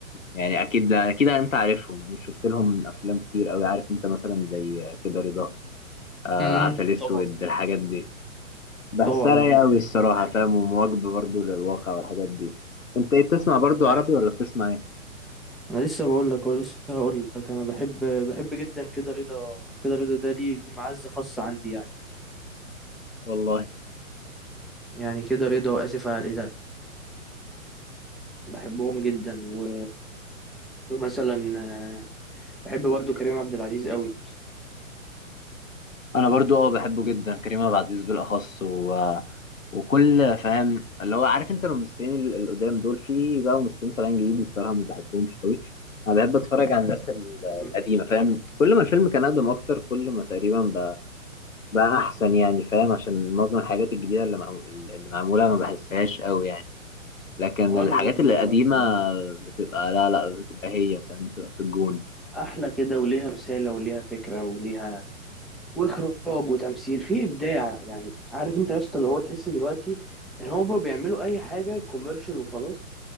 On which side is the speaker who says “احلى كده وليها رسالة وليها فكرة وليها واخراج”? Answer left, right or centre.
Centre